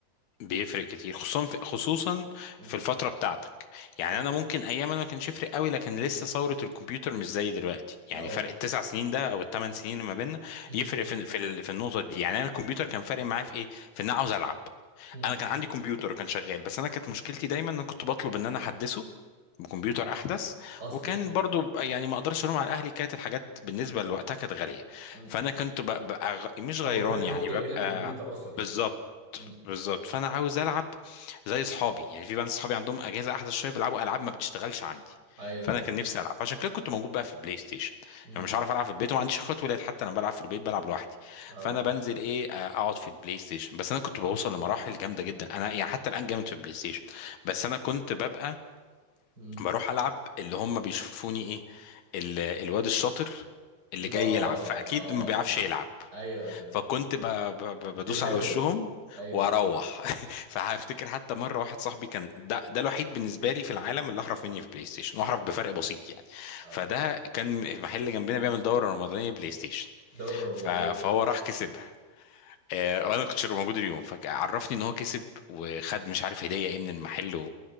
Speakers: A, on the left; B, on the right.
A: بيفرق كتير خصوصا في خصوصا
B: مم.
A: في الفتره بتاعتك يعني
B: مم.
A: انا ممكن ايام انا ما كانش يفرق قوي لكن لسه ثوره الكمبيوتر مش زي دلوقتي يعني
B: اه
A: فرق التسع سنين ده او الثمان سنين اللي ما بيننا
B: مم.
A: يفرق في في ال- في النقطه دي يعني انا الكمبيوتر كان فارق معايا في ايه في ان انا
B: مم.
A: عاوز العب
B: مم.
A: انا كان عندي كمبيوتر وكان شغال بس انا كانت مشكلتي دايما ان أنا كنت بطلب ان انا احدثه بكمبيوتر
B: مم.
A: احدث
B: اصلا
A: وكان برضو ب- يعني ما اقدرش الوم على اهلي كانت الحاجات بالنسبه لوقتها كانت غاليه
B: مم.
A: فانا كنت ببقى غ- مش
B: هم
A: غيران
B: كفايه ان
A: يعني
B: هم جايبين
A: ببقى
B: لك كمبيوتر اصلا يعني
A: بالظبط
B: مم.
A: بالظبط فانا عاوز العب زي اصحابي يعني في بنات اصحابي عندهم اجهزه احدث شويه بيلعبوا العاب ما بتشتغلش عندي
B: ايوه
A: فانا
B: ايوه
A: كان نفسي العب عشان كده كنت موجود بقى في البلاي ستيشن
B: مم.
A: يعني مش عارف العب في البيت وما عنديش اخوات ولاد حتى انا بلعب في البيت بلعب لوحدي
B: اه
A: فانا بنزل ايه آه، اقعد في البلاي ستيشن بس انا كنت بوصل لمراحل جامده جدا انا يعني حتى الان جامد في البلاي ستيشن بس انا كنت ببقى
B: مم.
A: بروح العب اللي هم بيشوفوني ايه ال- الواد الشاطر اللي
B: مم.
A: جاي
B: اه
A: يلعب فاكيد
B: اه
A: ما بيعرفش يلعب
B: ايوه ايوه
A: فكنت ب... ب... ب- بدوس
B: تبهرهم
A: على وشهم
B: ايوه
A: واروح
B: ايوه
A: <laughs> فهفتكر حتى مره واحد صاحبي كان ده ده الوحيد بالنسبه لي في العالم اللي احرف مني في بلاي ستيشن واحرف بفرق بسيط يعني
B: اه
A: فده كان محل جنبنا بيعمل دوره رمضانيه بلاي ستيشن
B: دوري رمضانيه
A: ف... فهو
B: اوف
A: راح كسبها آه،
B: اه
A: وانا كنتش موجود اليوم فعرفني ان هو كسب وخد مش عارف هديه ايه من المحل و...